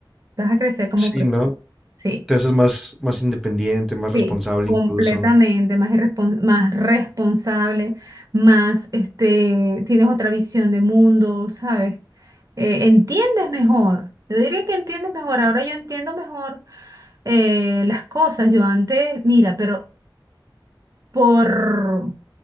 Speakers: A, on the right; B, in the centre.
A: vas a crecer como
B: sí,
A: persona.
B: ¿no?
A: Sí.
B: Te haces más, más independiente, más
A: Sí,
B: responsable
A: completamente,
B: incluso.
A: más irrespon- más responsable, más este, tienes otra visión de mundo, ¿sabes? Eh, entiendes mejor. Yo diría que entiendes mejor. Ahora yo entiendo mejor eh, las cosas. Yo antes, mira, pero por,